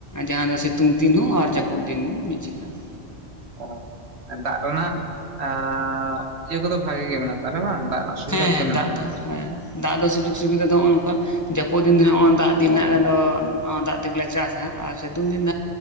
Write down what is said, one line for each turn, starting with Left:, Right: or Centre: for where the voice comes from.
Left: ᱡᱟᱦᱟᱸ ᱫᱚ ᱥᱤᱛᱩᱝ ᱫᱤᱱ ᱦᱚᱸ ᱟᱨ ᱡᱟᱹᱯᱩᱫ ᱫᱤᱱ ᱢᱤᱫ ᱡᱮᱠᱷᱟ ᱾
Right: ᱚ ᱫᱟᱜ ᱨᱮᱱᱟᱜ ᱟᱸ ᱻ ᱤᱭᱟᱹ ᱠᱚᱫᱚ ᱵᱷᱟᱹᱜᱤ ᱜᱮ ᱢᱮᱱᱟᱜᱼᱟ ᱛᱟᱦᱚᱞᱮ ᱵᱟᱝ ᱫᱟᱜ ᱨᱮᱱᱟᱜ ᱥᱩᱵᱤᱫᱷᱟ
Left: ᱦᱮᱸ
Right: ᱠᱚᱫᱚ
Left: ᱦᱮᱸ
Right: ᱢᱮᱱᱟᱜᱼᱟ
Left: ᱫᱟᱜ
Right: ᱾
Left: ᱦᱮᱸ ᱫᱟᱜ ᱫᱚ ᱥᱩᱡᱳᱜᱽ ᱥᱩᱵᱤᱫᱷᱟ ᱫᱚ ᱱᱚᱜᱼᱚ ᱱᱚᱝᱠᱟ ᱾ ᱡᱟᱹᱯᱩᱫ ᱫᱤᱱ ᱫᱚ ᱱᱚᱜᱚᱭ ᱫᱟᱜ ᱫᱤᱱ ᱱᱟᱜ ᱫᱚ ᱫᱟᱜ ᱛᱮᱜᱮᱞᱮ ᱪᱟᱥᱟ ᱟᱨ ᱥᱤᱛᱩᱝ ᱫᱤᱱ